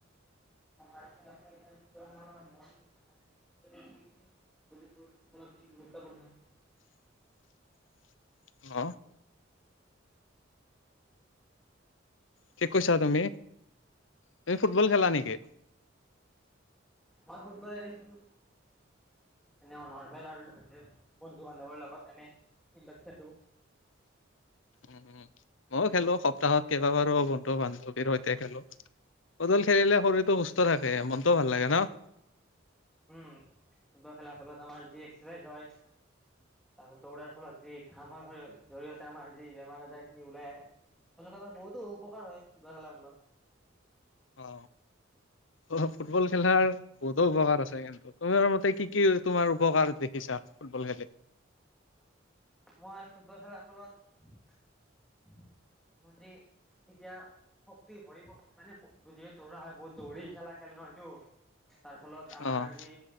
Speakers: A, in the centre; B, on the left.
A: ম গুৰুত্বপূৰ্ণ
B: <unintelligible> <inaudible> হ কি কৈছা তুমি তুমি ফুটবল খেলা নেকি
A: মই ফুটবলে এনে খেলো এ নৰ্মেল আৰু বন্ধু বান্ধৱৰ লগত এনে ফিল্ডত খেলো
B: <inaudible> উ উম ময়ো খেলো সপ্তাহত কেইবাবাৰো বন্ধু বান্ধৱীৰ সৈতে খেলো ফুটবল খেলিলে শৰীৰতটো সুস্থ থাকে মনটোও ভাল লাগে ন
A: উম ফুটবল খেলাৰ ফলত আমাৰ যি এক্সাৰচাইজ হয়াৰ দৌৰাৰ ফলত যিামৰ জৰিয়তে আমাৰ যি বেমাৰ আজাৰ খিনি ওলাই আহে এনেকুৱা আমাৰ বহুতো উপকাৰ হয় গোৱা খেলাৰ ফলত
B: অ অ ফুটবল খেলাৰ বহুতো উপকাৰ আছে কিন্তু তুমাৰ মতে কি কি তোমাৰ উপকাৰ দেখিছো আ ফুটবল খেলে
A: মই ফুটবল খেলাৰ ফলত <inaudible> মজে এতিয়া শক্তি ভৰিক্তি মানে যি দৌৰা হয় বহুত দৌৰি খেলা খেল ন সেইটো তাৰ ফলত আমাৰ
B: অ',
A: যি